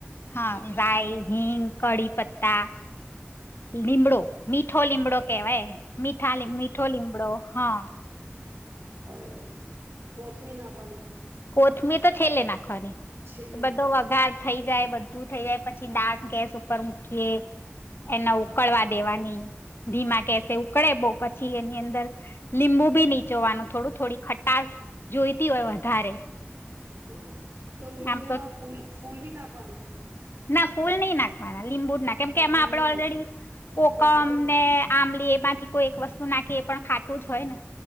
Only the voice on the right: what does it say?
હમ
સારું
અ કોથમી ના વની
છેલ્લે
નાખવાની
હા
હમ તો લીંબુ
ના ફૂલ ફૂલ બી નાખવાની
ખાલી
નીંબુ
કો કોમ